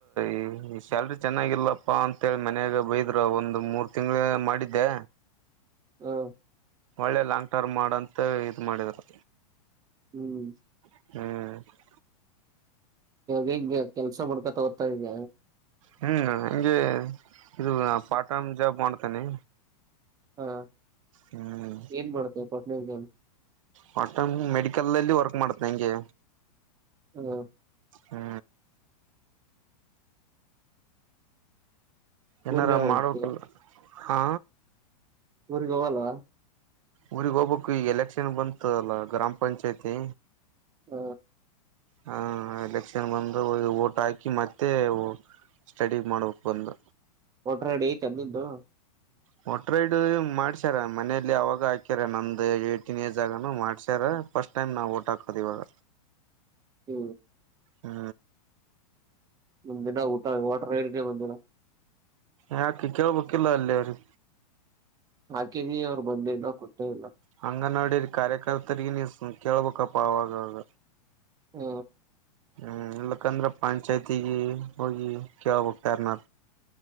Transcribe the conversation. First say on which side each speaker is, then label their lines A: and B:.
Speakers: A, on the right; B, on the right.
A: ಈ ಶ್ಯಾಲ್ರಿ ಚೆನ್ನಾಗಿಲ್ಲಪ್ಪಾ ಅಂತೇಳಿ ಮನ್ಯಾಗ ಬೈದ್ರು ಒಂದು್ ಮೂರ್ ತಿಂಗಳು ಮಾಡಿದ್ದೆ
B: ಹಾ
A: ಒಳ್ಳೆ ಲಾಂಗ್ ಟರ್ಮ್ ಮಾಡಂತ ಇದ್ ಮಾಡಿದರು
B: ಹ್ಮ್
A: ಹ್ಮ್
B: ಯೇಂಗ ಕೆಲ್ಸ ಮಾಡ್ಕೊತಗೋತಾ ಈಗ
A: ಹೂ ಹಂಗೆ ಇದು ಪಾರ್ಟ್ ಟೈಮ್ ಜಾಬ್ ಮಾಡ್ತೇನೀ
B: ಹಾ
A: ಹ್ಮ್
B: ಏನ್ ಮಾಡೋದು part time job
A: part time ಮೆಡಿಕಲ್ಲ್ಲಿ ವರ್ಕ್ ಮಾಡತ ಹಂಗೆ
B: ಹೂ
A: ಹೂ ಏನಾರ
B: ಊರ್ಗ ಯಾವಾಗ
A: ಮಾಡೋಕಲ್ಲ
B: ಹೋಗ್ತೀಯ
A: ಹಾ
B: ಊರಿಗೆ ಹೋಗಲ್ಲ
A: ಊರಿಗೆ ಹೋಗ್ಬೇಕು ಈಗ ಎಲೆಕ್ಷನ್ ಬಂತದಲ್ಲ ಗ್ರಾಮ ಪಂಚಾಯ್ತಿ
B: ಹೂ
A: ಹಾ ಎಲೆಕ್ಷನ್ ಬಂದು ಓಟ್ ಹಾಕಿ ಮತ್ತೆ ಸ್ಟಡಿ ಮಾಡೋಕ್ಕೆ ಬಂದು
B: ಒಟ್ರಾಡಿ ಐತ ನಿಂದು
A: ವೋಟರ್ ರೈಡ್ ಮಾಡ್ಸ್ಯಾರ ಮನೇಲಿ ಅವಾಗ ಹಾಕ್ಯಾರ ನಮ್ದ್ ಏಟೀನ್ ಏಜ್ ಆಗಾನ ಮಾಡ್ಸ್ಯಾರ ಫಸ್ಟ್ ಟೈಮ್ ನಾವು ಓಟ್ ಹಾಕೋದು ಇಿವಾಗ
B: ಹೂ
A: ಹೂ
B: ಒಂದ್ಿನ ಊಟ ವಾಟರ್ ಐಡಿ ನೆ ಬಂದಿಲ್ಲ
A: ಯಾಕೆ ಕೇಳ್ಬೇಕಿಲ್ಲ ಅಲ್ಲಿ ಅವ್ರಿಗೆ
B: ಹಾಕಿನಿ ಅವ್ರು ಬಂದ ಇಲ್ಲ ಕೊಟ್ಟೇ ಇಲ್ಲ
A: ಹಂಗ ನೋಡಿ ಕಾರ್ಯಕರ್ತರಿಗೆ ನೀ ಕೇಳ್ಬೇಕಪ್ಪ ಅವಾಗಾಗ
B: ಹೂ
A: ಹೂ ಇಲ್ಲಕಂದ್ರ ಪಂಚಾಯ್ತಿಗ ಹೋಗಿ ಕೇಳಬೇಕು ಹೋಗಿ ಯರ್ನನ